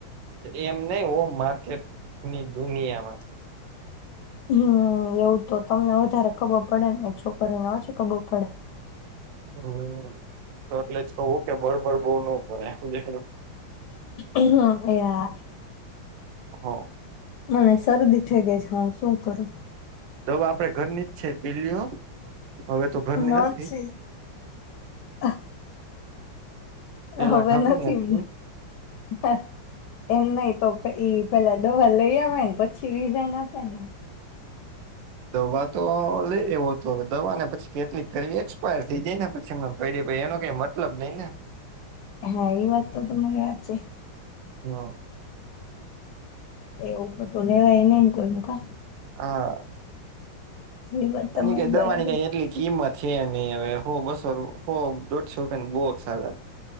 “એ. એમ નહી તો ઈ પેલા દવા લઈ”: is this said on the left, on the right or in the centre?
Left